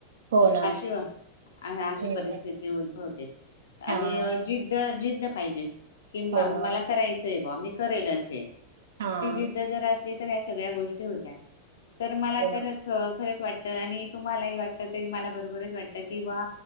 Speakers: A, on the right (about 60°); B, on the left (about 60°).
A: हो ना.
B: अशीव हाअशी
A: हम्म.
B: परिस्थिती - बहुतेक आणि
A: हां.
B: अ जिद्द जिद् - द पाहिजे किंवा
A: हो
B: मला
A: ना.
B: करायचं आहे ब वा मी - करेलच हे
A: हां.
B: ती जिद्द जर अस ती तर या सगळ्या गोष्टी होत्या तर मला
A: हो
B: तर
A: ना.
B: क खरंच वाटत आणि तुम्हालाही वाटत, ते मला बरोबरच वाटत किंवा